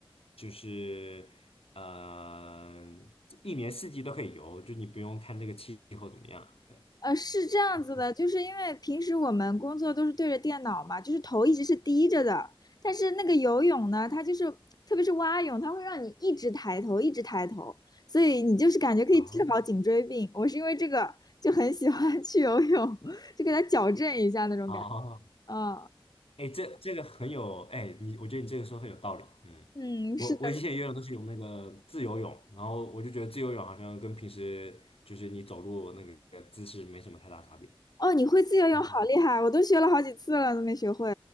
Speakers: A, on the left (about 85°); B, on the left (about 45°).
A: 就是嗯，一年四季都可以游，就你不用看这个气候怎么样。对。
B: 呃，是这样子的，
A: 嗯，
B: 就是因为平时我们工作都是对着电脑嘛，就是头一直是低着的。但是那个游泳呢，它就是，特别是蛙泳，它会让你一直抬头，一直抬头，所以你就是感觉可以治好颈椎病。
A: 哦
B: 我是因为这个就很喜欢 <laughs> 去游泳，<laughs> 就给它矫正一下那种感觉。
A: 哦，
B: 嗯
A: 哎，这这个很有，哎，你我觉得你这个说很有道理。嗯，
B: 嗯，
A: 我我以前游泳都是用那个自由泳，
B: 是的。
A: 然后我就觉得自由泳好像跟平时就是你走路那个姿势没什么太大差别。
B: 哦，你会自由泳，
A: 嗯哼，
B: 好厉害！我都学了好几次了，都没学会。